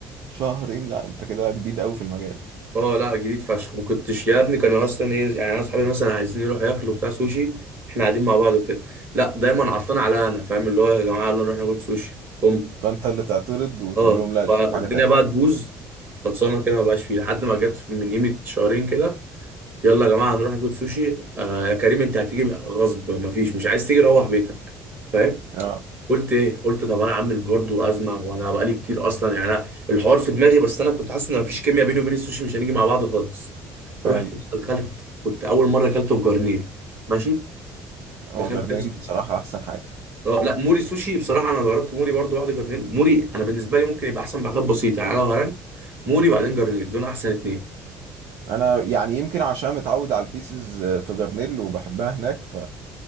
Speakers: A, on the right; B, on the right.
A: شهرين لا انت كده جديد قوي في المجال
B: اه لا جديد فشخ ما كنتش يا ابني كانوا اصلا ايه يعني انا اصحابي مثلا عايزين يروحوا ياكلوا بتاع سوشي احنا قاعدين مع بعض وكده لا دايما عطلان على انا فاهم اللي هو يا جماعه يلا نروح ناكل سوشي ام
A: فانت اللي تعترض وتقول
B: اه
A: لهم لا
B: فالدنيا
A: شوف حاجه تانية
B: بقى تبوظ خلصانه كده ما بقاش فيه لحد ما جت من قيمه شهرين كده يلا يا جماعه هنروح ناكل سوشي آه يا كريم انت هتيجي غصب ما فيش مش عايز تيجي روح بيتك فاهم.
A: اه
B: قلت ايه قلت طب انا عامل برضه ازمه وانا بقالي كتير اصلا يعني أنا الحوار في دماغي بس انا كنت حاسس ان مفيش كيمياء بيني وبين السوشي مش هنيجي مع بعض خالص رحت
A: هاي
B: دخلت كنت اول مره اكلته في جرنيل ماشي
A: هو
B: دخلت
A: جرنيل
B: يا اسطى
A: بصراحه احسن حاجه
B: اه لا موري سوشي بصراحه انا جربت موري برضه واحده جرنيل موري انا بالنسبه لي ممكن يبقى احسن بحاجات بسيطه يعني انا لو هرنت موري بعدين جرنيل دول احسن اتنين
A: انا يعني يمكن عشان متعود على البيسز في جرنيل وبحبها هناك ف